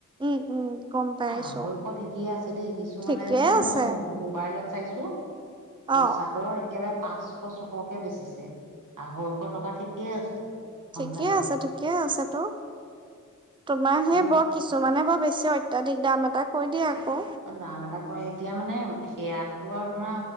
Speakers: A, on the right (about 15°); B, on the right (about 85°).
A: উম উম। গম পাইছো
B: আঢ়ৈশ ঠিকেই আছে দেই, কিছুমানে
A: ঠিকে
B: যে
A: আছে
B: মই মোবাইলত চাইছো।
A: অ',
B: চাদৰ একেবাৰে পাঁচশ ছশকে বেচিছে, আঢ়ৈশ টকা ঠিকেই আছে এখন
A: ঠিকেই
B: চাদৰ
A: আছে, ঠিকেই আছে তো। তোমাৰ সেই
B: গতি
A: বৰ কিছুমানে বৰ বেছি অত্যাধিক দাম এটা কৈ দিয়ে আকৌ।
B: অ' দাম এটা কয় এতিয়া মানে সেইয়াটোতো আৰু ধৰা